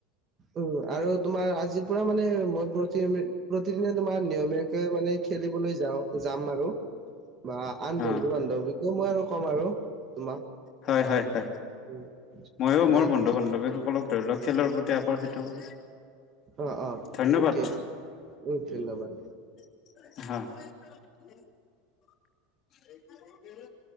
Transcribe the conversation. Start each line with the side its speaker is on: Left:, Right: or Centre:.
Right: উম আৰু তোমাৰ আজিৰ পৰা মানে মই প্ৰতি প্ৰতিদিনে তোমাৰ নিয়মীয়াকে মানে খেলিবলৈ যাওঁ যাম আৰু বা আন
Left: অ
Right: বন্ধু বান্ধবিকো মই আৰু কম আৰু তোমাক
Left: হয় হয় হয়
Right: উম,
Left: ময়ো
Right: দে
Left: মোৰ বন্ধু
Right: ঠিক
Left: বান্ধৱীসকলক ধৰি লক খেলৰ প্ৰতি আকৰ্ষিত কৰি
Right: অ অ
Left: ধন্যবাদ
Right: ঠিকে আছে উম ধন্যবাদ।
Left: হা